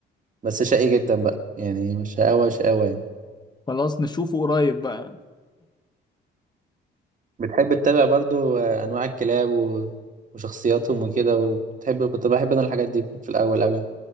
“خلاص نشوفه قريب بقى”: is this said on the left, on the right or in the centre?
Left